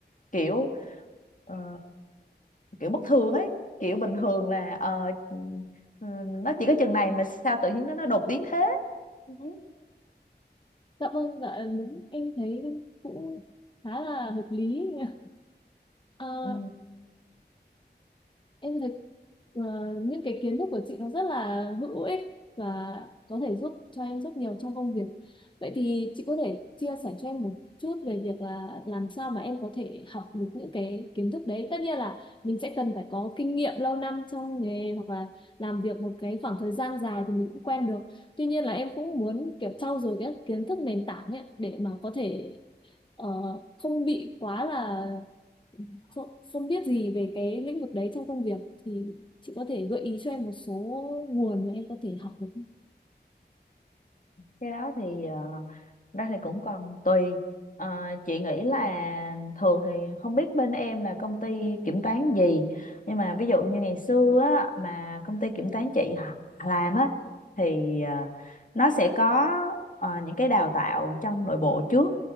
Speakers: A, on the left (about 45°); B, on the left (about 25°).
A: kiểu ờ, kiểu bất thường ấy kiểu bình thường là ờ, ừ, nó chỉ có chừng này mà sao tự nhiên nó nó đột biến thế Ừ.
B: Dạ vâng dạ đúng em thấy cũng khá là hợp lý. <laughs> Ờ,
A: Ừ.
B: em thấy ờ, những cái kiến thức của chị nó rất là hữu ích và có thể giúp cho em rất nhiều trong công việc. Vậy thì chị có thể chia sẻ cho em một chút về việc là làm sao mà em có thể học được những cái kiến thức đấy. Tất nhiên là mình sẽ cần phải có kinh nghiệm lâu năm trong nghề hoặc là làm việc một cái khoảng thời gian dài thì mình cũng quen được. Tuy nhiên là em cũng muốn kiểu trau dồi cái kiến thức nền tảng ấy để mà có thể ờ, không bị quá là không, không biết gì về cái lĩnh vực đấy trong công việc thì chị có thể gợi ý cho em một số nguồn mà em có thể học được không?
A: cái đó thì ờ, Ra thì cũng còn tùy Ờ, chị nghĩ là thường thì không biết bên em là công ty kiểm toán gì nhưng mà ví dụ như ngày xưa á, mà công ty kiểm toán chị h- làm á thì ờ, nó sẽ có ờ, những cái đào tạo trong nội bộ trước